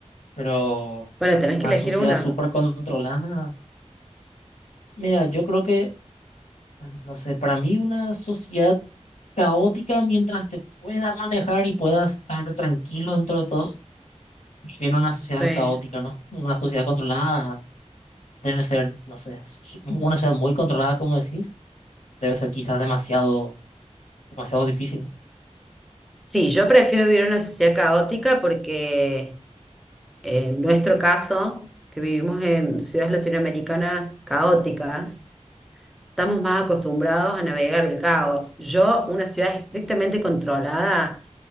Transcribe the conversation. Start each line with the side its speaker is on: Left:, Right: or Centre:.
Left: pero
Centre: Bueno, tenés
Left: una
Centre: que elegir
Left: sociedad
Centre: una.
Left: súper controlada. Mira, yo creo que, no sé, para mí una sociedad caótica, mientras te puedas manejar y puedas estar tranquilo dentro de todo, prefiero una sociedad
Centre: Sí.
Left: caótica, ¿no? Una sociedad controlada debe ser, no sé, su- una sociedad muy controlada, como decís, debe ser quizás demasiado, demasiado difícil, ¿no?
Centre: Sí, yo prefiero vivir en una sociedad caótica porque eh, en nuestro caso, que vivimos en ciudades latinoamericanas caóticas, estamos más acostumbrados a navegar el caos. Yo, una ciudad estrictamente controlada,